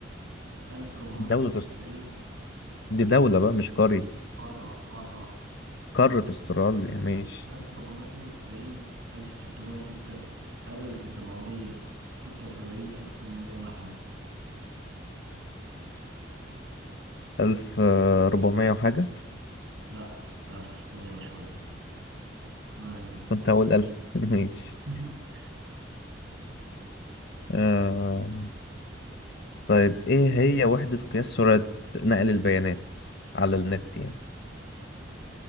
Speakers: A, on the right; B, on the left.
A: 1492
B: دولة أس- دي دولة بقى مش قرية
A: قارة قارة
B: قارة استراليا ماشي
A: 1492 1606 1776 1801
B: ألف آه، ربعمية وحاجة
A: لا 1600 وشوية ما علينا
B: كنت هقول ألف <laughs> ماشي
A: <laughs>
B: آه... طيب إيه هي وحدة قياس سرعة نقل البيانات على النت يعني